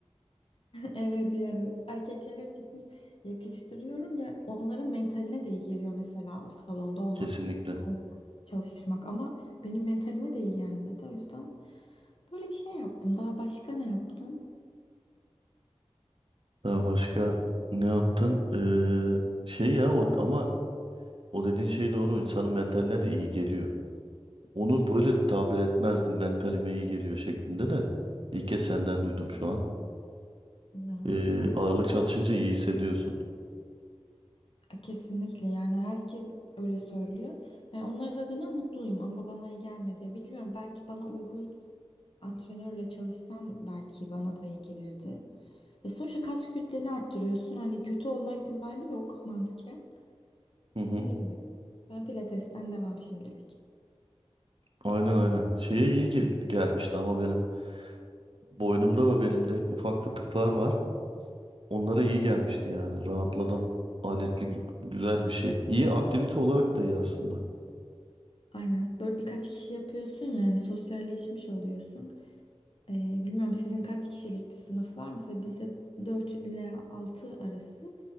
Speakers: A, on the left; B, on the right.
A: Evet yani erkeklere fitness yakıştırıyorum ya onların mentaline de iyi geliyor mesela o salonda olmak,
B: kesinlikle.
A: çalışmak ama benim mentalime de iyi gelmedi o yüzden böyle bir şey yaptım. Daha başka ne yaptım?
B: Daha başka ne yaptın? Ee, şey ya o ama o dediğin şey doğru. İnsanın mentaline de iyi geliyor. Onu
A: Hı.
B: böyle tabir etmezdim. Mentalime iyi geliyor şeklinde de. İlk kez senden duydum şu an.
A: Ya
B: Ee,
A: evet,
B: ağırlık çalışınca iyi hissediyorsun.
A: kesinlikle yani herkes öyle söylüyor. Yani onlar adına mutluyum ama bana iyi gelmedi. Bilmiyorum belki bana uygun antrenörle çalışsam belki bana da iyi gelirdi. Ya sonuçta kas kütlelerini arttırıyorsun. Hani kötü olma ihtimali yok mantıken.
B: Hı hı.
A: Ama bilmiyorum. Ben pilatesten devam şimdilik.
B: Aynen aynen. Şeye iyi gel gelmişti ama benim boynumda ve belimde ufak fıtıklar var. Onlara iyi gelmişti yani. Rahatladım. Aletli gü- güzel bir şey. İyi aktivite olarak da iyi aslında.
A: Aynen. Böyle birkaç kişi yapıyorsun yani sosyalleşmiş oluyorsun. Ee, bilmiyorum sizin kaç kişilikti sınıflar? Mesela bizde 4 ile 6 arası.